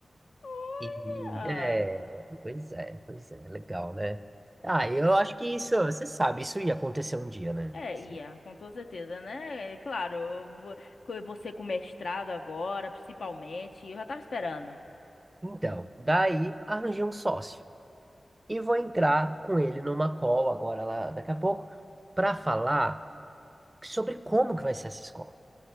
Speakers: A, on the left; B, on the right.
A: Olha!
B: E, é, pois é, pois é, legal, né? Ah, eu acho que isso, você sabe, isso ia acontecer um dia, né?
A: É,
B: Sim.
A: ia, com toda certeza, né? É Claro, eu vou- co- você com mestrado agora, principalmente, eu já tava esperando.
B: Então, daí arranjei um sócio e vou entrar com ele numa call agora, lá, daqui a pouco, para falar sobre como que vai ser essa escola.